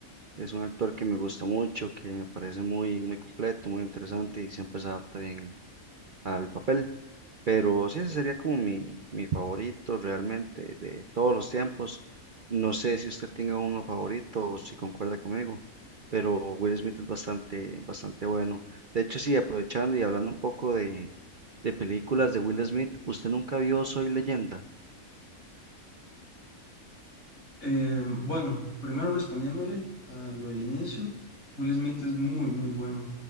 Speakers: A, on the right (about 50°); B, on the left (about 80°).
A: Es un actor que me gusta mucho, que me parece muy, muy completo, muy interesante y siempre se adapta bien al papel. Pero sí, ese sería como mi, mi favorito realmente de todos los tiempos. No sé si usted tenga uno favorito o si concuerda conmigo, pero Will Smith es bastante, bastante bueno. De hecho, sí, aprovechando y hablando un poco de, de películas de Will Smith, ¿usted nunca vio Soy Leyenda?
B: Eh, bueno, primero respondiéndole a lo del inicio, Will Smith es muy, muy bueno.